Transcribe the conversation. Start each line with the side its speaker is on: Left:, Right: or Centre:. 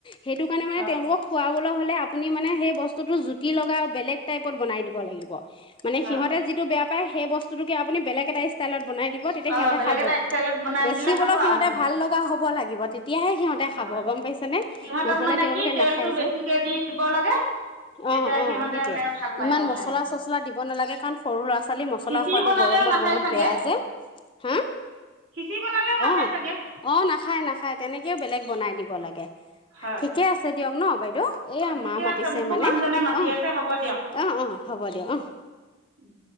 Left: সেইটো কাৰণে মানে
Right: হয়
Left: তেওঁলোকক খুৱাব হ'লে আপুনি মানে সেই বস্তুটো জুতি লগা আৰু বেলেগ টাইপত বনাই দিব লাগিব। মানে
Right: হয়
Left: সিহঁতে যিটো বেয়া পায় সেই বস্তুতোকে আপুনি বেলেগ এটা ষ্টাইলত বনাই দিব তেতিয়া
Right: অ
Left: সিহঁতে
Right: বেলেগ
Left: খাব,
Right: এটা ষ্টাইলত বনাই
Left: দেখিবলৈও
Right: দিলে খাব
Left: সিহঁতে
Right: আৰু
Left: ভাল লগা হ'ব লাগিব তেতিয়াহে সিহঁতে খাব
Right: হয়
Left: গম পাইছে নে
Right: সিহঁতক
Left: নহলে
Right: মানে
Left: তেওঁলোকে
Right: কি তেলটো
Left: নাখাই যে
Right: বেছিকে দি দিব লাগে তেতিয়া
Left: অ', অ'
Right: সিহঁতে
Left: সেইটোয়ে,
Right: মানে ভাল পায়
Left: ইমান
Right: আৰু
Left: মছলা
Right: খাই
Left: চচলা দিব নালাগে কাৰণ সৰু ল'ৰা ছোৱালী মছলা
Right: খিচিৰি
Left: খোৱাতটো
Right: বনালেও
Left: গৰমত
Right: নাখায়
Left: বহুত
Right: চাগে
Left: বেয়া যে হাঁ?
Right: খিচিৰি বনালেও নাখায়
Left: অ',
Right: চাগে।
Left: অ', নাখায় নাখায় তেনেকেও বেলেগ বনাই দিব লাগে।
Right: হয়।
Left: ঠিকে আছে দিয়ক ন। বাইদেউ এয়া
Right: অ' ঠিকে
Left: মা মাতিছে
Right: আছে। মোকো
Left: মানে
Right: মানুহজনে মাতি
Left: অ
Right: আছে, হ'ব দিয়ক।
Left: অ অ হ'ব দিয়ক অ
Right: উম